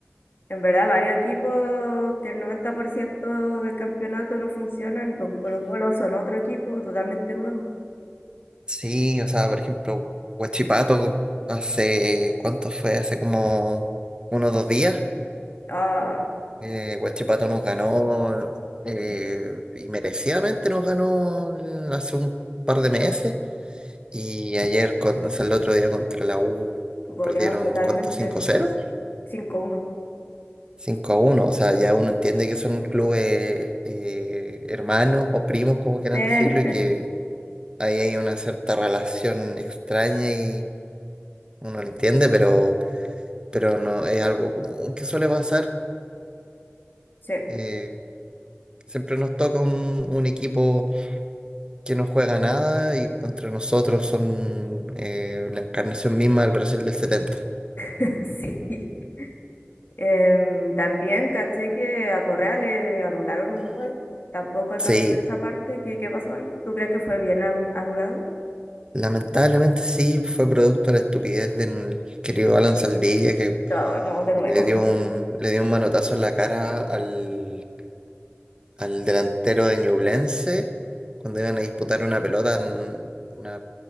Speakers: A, on the left; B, on the right.
A: En verdad, varios equipos que el 90% del campeonato no funcionan y con Colo-Colo son otro equipo totalmente nuevo.
B: Sí, o sea, por ejemplo, Huachipato hace, ¿cuánto fue? Hace como unos dos días.
A: Ah,
B: eh, Huachipato nos ganó eh, y merecidamente nos ganó hace un par de meses Y ayer, con- o sea, el otro día contra la U,
A: goleado
B: perdieron,
A: totalmente
B: cuánto cinco cero
A: cinco uno
B: cinco a uno o sea, ya uno entiende que son clubes eh, hermanos o primos, como quieran
A: Eh,
B: decirlo, y que ahí hay una cierta relación extraña y uno lo entiende, pero, pero no es algo común que suele pasar.
A: <laughs> sí,
B: Eh, siempre nos toca un, un equipo que no juega nada y contra nosotros son eh, la encarnación misma del Brasil del setenta
A: <laughs> sí. Em, también caché que a Correa le anularon un gol. Tampoco alcanzó
B: Sí,
A: a ver esa parte. ¿Qué, qué pasó ahí? ¿Tú crees que fue bien anu- anulado?
B: Lamentablemente sí, fue producto de la estupidez del querido Alan Saldivia que
A: No, no, de
B: le
A: nuevo.
B: dio un, le dio un manotazo en la cara al, al delantero de Ñublense cuando iban a disputar una pelota en- una,